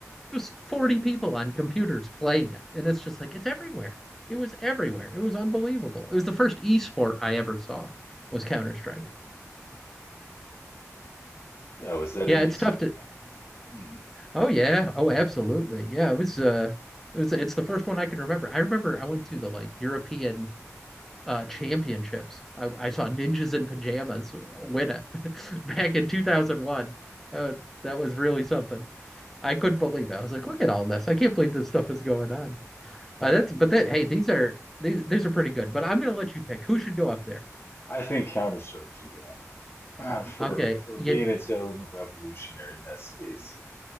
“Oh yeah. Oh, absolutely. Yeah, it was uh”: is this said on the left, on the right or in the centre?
Centre